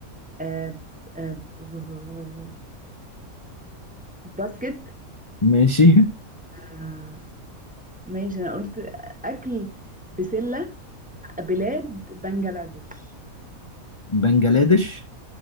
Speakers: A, in the centre; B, on the left.
A: آه آه ب- ب- ب- باسكت
B: ماشي
A: آه ماشي أنا قلت أكل بسلة بلاد بنجلاديش
B: <laughs> بنجلاديش